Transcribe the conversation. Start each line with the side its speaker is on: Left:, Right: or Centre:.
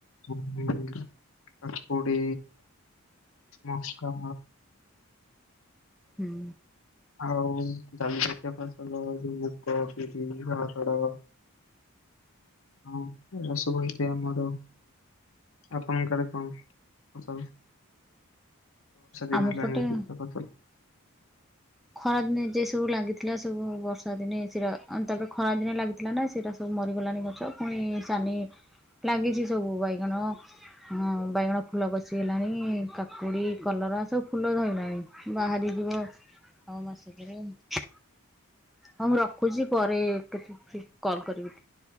Left: ଜହ୍ନି। କାକୁଡ଼ି ମକା।
Centre: ହୁଁ
Left: ଆଉ ଜଲି ଜାତୀୟ ଫସଲ ଯଉ ମୁଗ, ବିରି, ହରଡ। ହଁ ରସ ବହିଥାଏ ଆମର। ଆପଣଙ୍କ ଆଡେ <inaudible> କଣ ଦିନଲାଣି
Centre: ଆମ ପଟେ
Left: କି ଫସ <inaudible>
Centre: ଖରା ଦିନେ ଯେ ସବୁ ଲାଗିଥିଲା ସବୁ ବର୍ଷା ଦିନେ ସେରା ତାପରେ ଖରା ଦିନେ ଲାଗିଥିଲା ନା ସେରା। ସବୁ ମରିଗଲାଣି ଗଛ ପୁଣି ସାନି ଲାାଗିଛି ସବୁ ବାଇଗଣ। ହ ବାଇଗଣ ଫୁଲ କଷି ହେଲାଣି କାକୁଡି କଲରା ସବୁ ଫୁଲ ଧଇଲାଣି। ବାହାରି ଯିବ। ଆଉ ମାସେକେରେ ଆଉ। ହଁ ମୁଁ ରଖୁଛି ପରେ କେତେ ଫ୍ରି କଲ କରିବି।